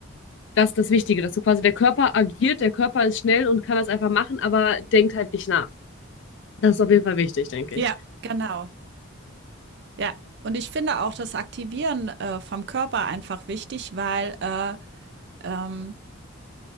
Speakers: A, on the left; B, on the right.
A: das ist das Wichtige, dass so quasi der Körper agiert, der Körper ist schnell und kann das einfach machen, aber denkt halt nicht nach. Das ist auf jeden Fall wichtig, denke ich.
B: ja, genau. Ja, und ich finde auch das Aktivieren äh, vom Körper einfach wichtig, weil äh, ähm,